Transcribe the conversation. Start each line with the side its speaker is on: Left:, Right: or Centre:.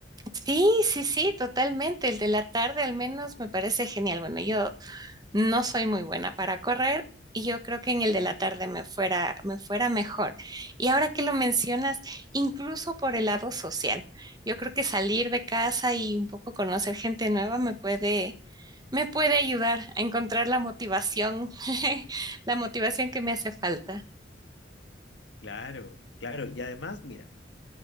Right: Sí, sí, sí, totalmente. El de la tarde al menos me parece genial. Bueno, yo No soy muy buena para correr y yo creo que en el de la tarde me fuera, me fuera mejor. Y ahora que lo mencionas, incluso por el lado social, yo creo que salir de casa y un poco conocer gente nueva me puede, me puede ayudar a encontrar la motivación, <laughs> la motivación que me hace falta.
Left: Claro, claro. Y además, mira.